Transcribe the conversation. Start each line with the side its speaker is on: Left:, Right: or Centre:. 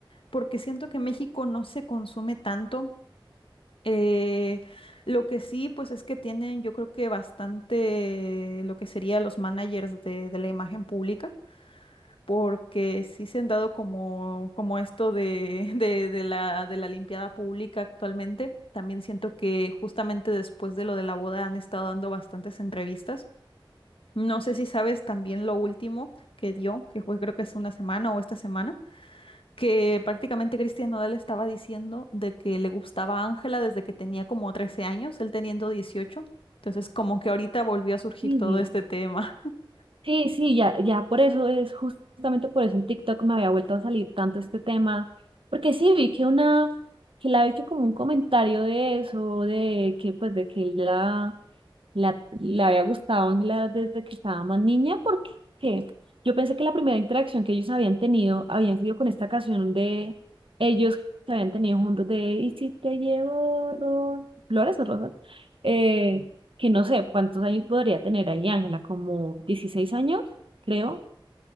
Left: porque siento que México no se consume tanto. Eh, lo que sí, pues es que tienen, yo creo que bastante lo que sería los managers de, de la imagen pública, porque sí se han dado como, como esto de, <laughs> de, de la, de la limpiada pública actualmente. También siento que justamente después de lo de la boda han estado dando bastantes entrevistas. No sé si sabes también lo último que dio, que fue creo que es una semana o esta semana que prácticamente Cristian Nodal estaba diciendo de que le gustaba Ángela desde que tenía como 13 años, él teniendo 18. Entonces, como que ahorita volvió a surgir
Right: Sí,
Left: todo este tema. <laughs>
Right: sí, sí, ya, ya por eso es justamente por eso en TikTok me había vuelto a salir tanto este tema, porque sí vi que una, que le ha hecho como un comentario de eso, de que pues de que él ya La, la había gustado Ángela desde que estaba más niña porque yo pensé que la primera interacción que ellos habían tenido habían sido con esta canción de ellos que habían tenido juntos de ¿Y si te llevo ro- flores o rosas? Eh, que no sé cuántos años podría tener ahí Ángela, como 16 años, creo.